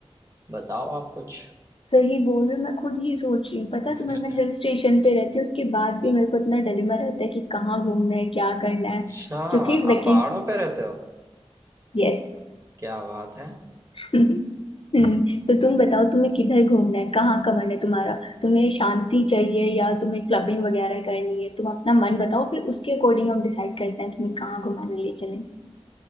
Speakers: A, on the right (about 30°); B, on the left (about 55°).
A: बताओ आप कुछ
B: सही बोल रहे हो मैं खुद ही सोच रही हूँ पता
A: <laughs>
B: है तुम्हें मैं हिल स्टेशन पे रहती हूँ उसके बाद भी मेरे को इतना डिलेमा रहता है कि कहाँ घूमना है क्या करना
A: अच्छा
B: है
A: आप
B: क्योंकि वेकी
A: पहाड़ों पे रहते हो
B: यस
A: क्या बात है
B: <laughs> हम्म तो तुम बताओ तुम्हें किधर घूमना है कहाँ का मन है तुम्हारा तुम्हें शांति चाहिए या तुम्हें क्लबिंग वगैरह करनी है तुम अपना मन बताओ फिर उसके अकॉर्डिंग हम डिसाइड करते हैं तुम्हें कहाँ घुमाने ले चले।